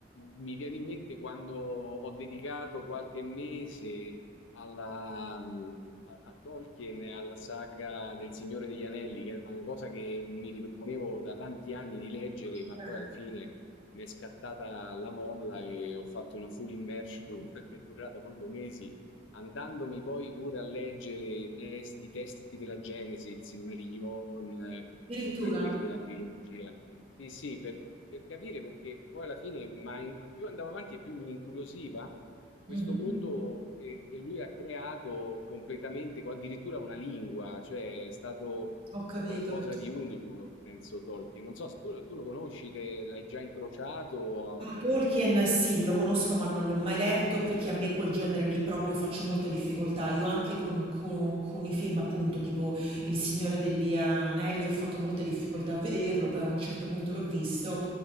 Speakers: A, on the left; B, on the right.
A: mi viene in mente quando ho dedicato qualche mese alla, mh, a, a Tolkien, e alla saga del Signore degli Anelli, che era una cosa che mi riproponevo da tanti anni di leggere,
B: Certo.
A: ma poi alla fine mi è scattata la molla e ho fatto una full immersion <laughs> che è durata proprio mesi andandomi poi pure a leggere testi- i testi della Genesi, il Silmarillion, eh,
B: Addirittura?
A: oltre a quelli della trilogia. Sì, sì, per, per capire perché poi alla fine, ma in- più andavo avanti e più mi incuriosiva questo
B: Mh-mh.
A: mondo che, che lui ha creato completamente, con addirittura una lingua, cioè è stato
B: Ho capito.
A: qualcosa di unico, penso Tolkien. Non so se tu, tu lo conosci, te l'hai già incrociato.
B: Tolkien sì, lo conosco ma non l'ho mai letto perché a me quel genere lì proprio faccio molta difficoltà. Io anche con, co- con i film appunto tipo Il Signore degli Anelli ho fatto molta difficoltà a vederlo, poi a un certo punto l'ho visto,